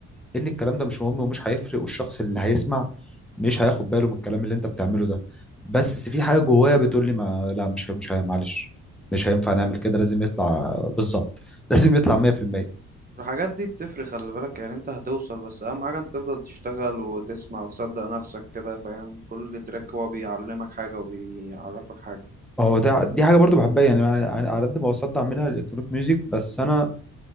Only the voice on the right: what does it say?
الحاجات دي بتفرق خلي بالك يعني انت هتوصل بس اهم حاجة انت تفضل تشتغل وتسمع وتصدق نفسك كده فاهم كل تراك هو بيعلمك حاجة وبيعرفك حاجة